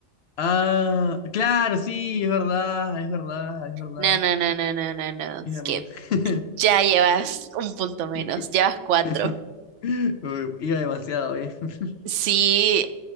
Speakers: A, on the left; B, on the right.
A: Ah, claro, sí, es verdad, es verdad, es verdad,
B: No, no, no, no, no, no, no. Es
A: es verdad.
B: que
A: <laughs>
B: ya llevas un punto menos,
A: I-
B: llevas cuatro.
A: <laughs> Uy, iba demasiado bien. <laughs>
B: Sí,